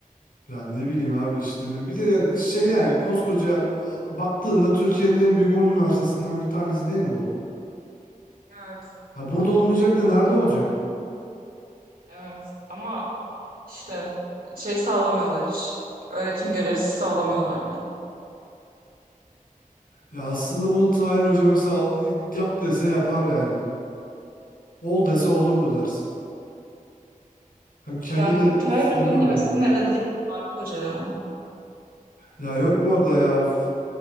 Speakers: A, on the left; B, on the right.
A: Yani ne bileyim abi işte. Bir de yani şey yani koskoca baktığında Türkiye'nin en büyük 10 üniversitesinden bir tanesi değil mi bu?
B: Evet.
A: Ya burada olmayacak da nerede olacak?
B: Evet. Ama işte şey sağlamıyorlar hiç. Öğretim görevlisi sağlamıyorlar bile.
A: Ya aslında bunu Tahir Hoca mesela yap dese yapar yani. Ol dese olur bu ders. Hem kendi
B: Yani
A: de
B: Tahir
A: seviyor
B: Hoca'nın demesi
A: bölüm abi.
B: ne dedi? Faruk Hoca ya.
A: Ya yok bu arada ya. F-